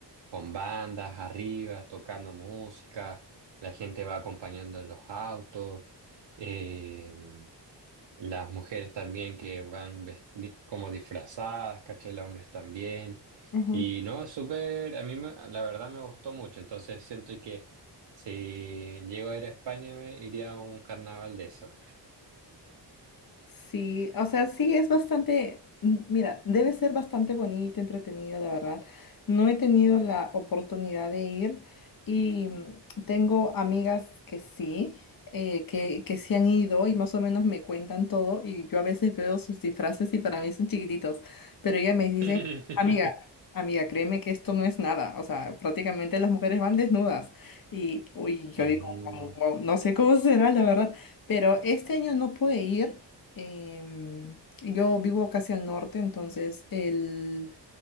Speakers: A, on the right; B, on the left.
A: con bandas arriba, tocando música, la gente va acompañando en los autos, eh, las mujeres también que van vesti- como disfrazadas, ¿cachai? Los hombres también.
B: ajá.
A: Y no, es súper, a mí me- la verdad me gustó mucho, entonces siento que si llego a ir a España me iría a un carnaval de eso.
B: Sí, o sea, sí es bastante, m- mira, debe ser bastante bonito, entretenido, la verdad. No he tenido la oportunidad de ir y mm, tengo amigas que sí, eh, que, que sí han ido y más o menos me cuentan todo y yo a veces veo sus disfraces y para mí son chiquititos, pero ellas me dicen,
A: <laughs>
B: amiga, amiga, créeme que esto no es nada, o sea, prácticamente las mujeres van desnudas y uy, yo
A: Mm,
B: digo, "Guau, guau", no sé cómo será, la verdad, pero este año no pude ir. Em, yo vivo casi al norte, entonces el...